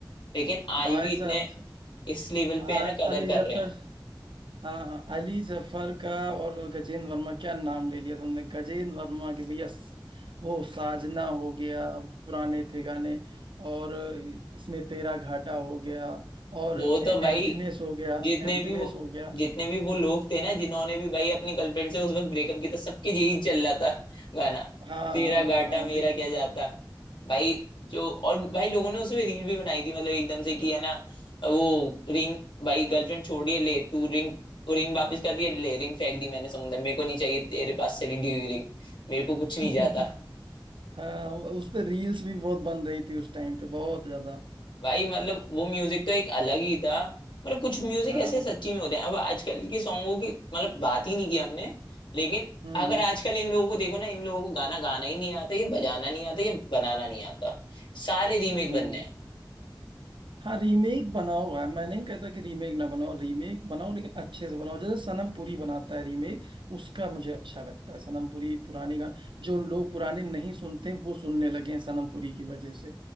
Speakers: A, on the left (about 75°); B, on the right (about 80°).
A: लेकिन आज
B: भाई
A: भी इतने
B: साहब
A: इस लेवल
B: आ-
A: पे है ना कदर
B: अली जफर
A: कर रहे हैं
B: हाँ हाँ अली जफर का और गजेंद्र वर्मा क्या नाम ले लिया तुमने गजेंद्र वर्मा के भैया स- वो साजना हो गया पुराने थे गाने और इसमें तेरा घाटा हो गया और
A: वो तो
B: एम्प्टीनेस
A: भाई
B: हो गया
A: जितने
B: एम्प्टीनेस
A: भी वो
B: हो गया
A: जितने भी वो लोग थे ना जिन्होंने भी भाई अपनी गर्लफ्रेंड से उस वक्त ब्रेकअप किया था सबके यही चल रहा था गाना
B: हाँ
A: तेरा
B: हाँ
A: घाटा
B: हाँ
A: मेरा
B: री...
A: क्या जाता भाई जो और भाई लोगों ने उसमें रील भी बनाई थी मतलब एकदम से कि है ना वो रिंग भाई गर्लफ्रेंड छोड़ रही है ले तू रिंग रिंग वापस कर रही है ले रिंग फेंक दी मैंने समुद्र में। मेरे को नहीं चाहिए तेरे पास से ली हुई रिंग मेरे को कुछ नहीं
B: <laughs>
A: जाता
B: हाँ उस पे रील्स भी बहुत बन रही थी उस टाइम पे बहुत ज्यादा
A: भाई मतलब वो म्यूजिक तो एक अलग ही था मतलब कुछ म्यूजिक
B: हाँ
A: ऐसे सच्ची में होते हैं अब आजकल के सॉन्गों की मतलब बात ही नहीं की हमने लेकिन
B: हम्म
A: अगर
B: हम्म
A: आजकल इन लोगों को देखो ना इन लोगों को गाना गाना ही नहीं आता ये बजाना नहीं आता ये बनाना नहीं आता सारे रीमेक
B: हम्म।
A: बनने हैं
B: हाँ रीमेक बना हुआ है मैं नहीं कहता कि रीमेक ना बनाओ रीमेक बनाओ लेकिन अच्छे से बनाओ जैसे सनम पुरी बनाता है रीमेक उसका मुझे अच्छा लगता है सनम पुरी पुराने गाने जो लोग पुराने नहीं सुनते वो सुनने लगे हैं सनम पुरी की वजह से